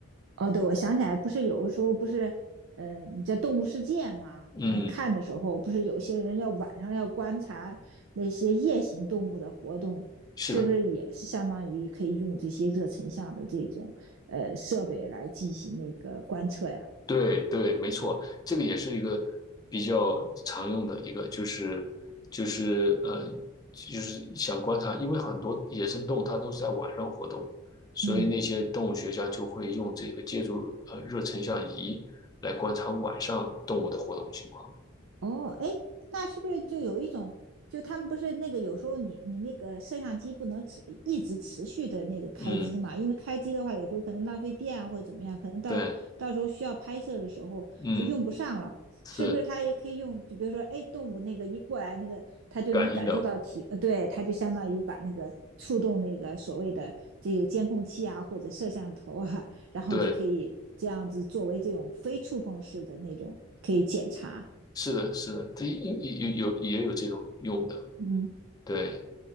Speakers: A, on the right (about 80°); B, on the left (about 20°).
A: 哦，对，我想起来，不是有的时候不是，呃，你在动物世界嘛，
B: 嗯，
A: 然后看的时候，不是有些人要晚上要观察那些夜行动物的活动，
B: 是的，
A: 是不是也是相当于可以用这些热成像的这种呃设备来进行那个观测呀？
B: 对对，没错，这个也是一个比较常用的一个，就是就是呃，就是想观察，因为很多野生动物它都是在晚上活动，所以那些动物学家就会用这个借助呃热成像仪来观察晚上动物的活动情况。
A: 嗯，哦，哎，那是不是就有一种，就他们不是那个有时候你你那个摄像机不能持一直持续的那个开机嘛？
B: 嗯，
A: 因为开机的话，有时候可能浪费电啊或者怎么样，可能到到时候需要拍摄的时候就用不上了，
B: 对，嗯，是
A: 是不是？它也可以用，就比如说，哎，动物那个一过来，那个它就能感受到体，
B: 感应的，
A: 呃，对，它就相当于把那个触动那个所谓的这个监控器啊或者摄像头啊，然后就可以这样子作为这种非触碰式的那种可以检查，
B: 对，是的，是的，它有有有也有这种用的，
A: 嗯。
B: 对。